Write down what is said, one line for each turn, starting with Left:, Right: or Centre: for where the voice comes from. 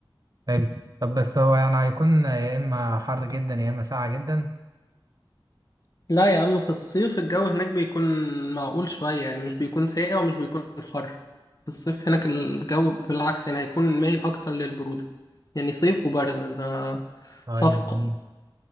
Right: حلو طب بس هو يعني هيكون يا إما حر جدا يا إما ساقع جدا
Left: لا يا عم في الصيف الجو هناك بيكون معقول شوية يعني مش بيكون ساقع ومش بيكون حر في الصيف هناك الجو بالعكس يعني هيكون مايل أكتر للبرودة يعني صيف وبرد ده
Right: طيب
Left: صفقة
Right: جميل